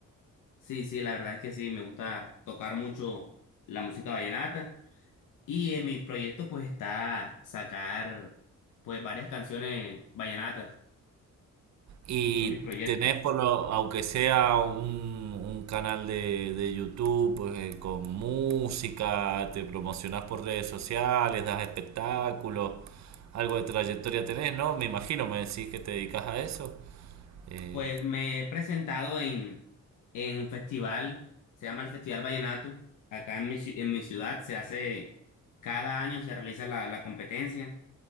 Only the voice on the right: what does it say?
Y
tenés por lo, aunque sea un, un canal de, de YouTube, pues eh, con música, te promocionás por redes sociales, das espectáculos, algo de trayectoria tenés, ¿no? Me imagino, me decís que te dedicas a eso. Eh,